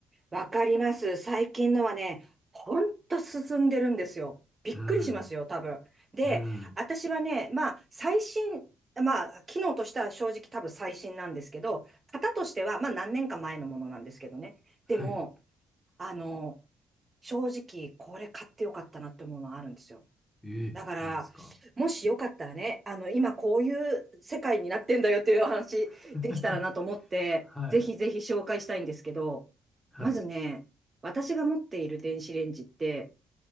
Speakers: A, on the right; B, on the left.
A: あ、わかります。最近のはね、ほんと進んでるんですよ。びっくりしますよ、
B: うん、
A: 多分。で、
B: うん、
A: 私はね、まあ、最新、まあ、機能としては正直多分最新なんですけど、型としては、まあ、何年か前のものなんですけどね。
B: はい。
A: でも、あの、正直、これ買ってよかったなって思うのはあるんですよ。
B: ええ、
A: だから、
B: なんですか
A: もしよかったらね、あの、今こういう世界になってんだよっていうお話できたらなと思って、
B: <laughs> はい、
A: ぜひぜひ紹介したいんですけど、
B: はい、
A: まずね、私が持っている電子レンジって、